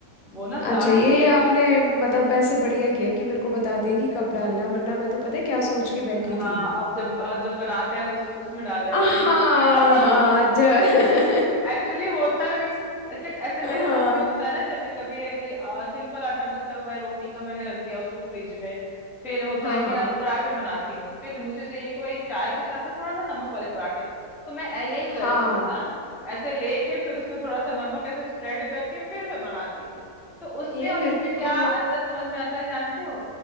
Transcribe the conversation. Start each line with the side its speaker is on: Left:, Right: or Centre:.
Centre: वो ना
Left: अच्छा
Centre: साल्ट
Left: ये
Centre: और शुगर
Left: आपने मतलब ऐसे बढ़िया किया कि मेरे को बता दिया कि कब डालना है, वरना मैं तो पता है क्या सोच के बैठी
Centre: हाँ
Left: थी
Centre: अब जब अ, जब बनाते हैं तो उस, उसमें डालने वाले
Left: हाँ
Centre: थे <laughs>
Left: हाँ अच्छा
Centre: एक्चुअली होता भी
Left: <laughs>
Centre: ऐसे ऐसे मेरे
Left: हाँ
Centre: साथ भी होता है ना जब भी कभी है कि सिंपल आटा बचा हुआ है रोटी का मैंने रख दिया उसको फ्रिज में फिर होता
Left: हाँ
Centre: है कि
Left: हाँ
Centre: यार पराठे बनाती हूँ फिर मुझे चाहिए कि भाई चाय के साथ ना थोड़ा सा नमक वाले पराठे तो मैं ऐ- यही करती
Left: हाँ
Centre: हूँ ना ऐसे लेके फिर उसमें थोड़ा सा नमक ऐसे स्प्रेड करके फिर मैं बनाती हूँ तो उसमें
Left: ये
Centre: और
Left: मेरे
Centre: इसमें क्या
Left: को
Centre: अंतर समझ में आता है जानते हो